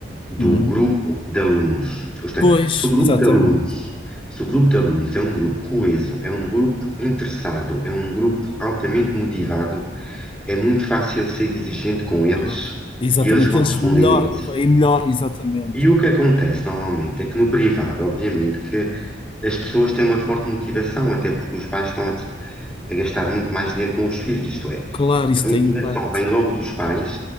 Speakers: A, in the centre; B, on the left.
A: do
B: Hum.
A: grupo de alunos. Isto
B: Pois,
A: é, se o grupo
B: exatamente.
A: de alunos, se o grupo de alunos é um grupo coeso, é um grupo interessado, é um grupo altamente motivado, é muito fácil ser exigente com eles
B: Ah, exatamente,
A: e eles vão
B: que eles
A: responder
B: melhor,
A: a isso.
B: é melhor, exatamente.
A: E o que acontece normalmente é que no privado, obviamente, que as pessoas têm uma forte motivação, até porque os pais estão a, des- a gastar muito mais dinheiro com os filhos, isto é,
B: Claro, isso
A: a
B: tem
A: motivação
B: impacto.
A: vem logo dos pais,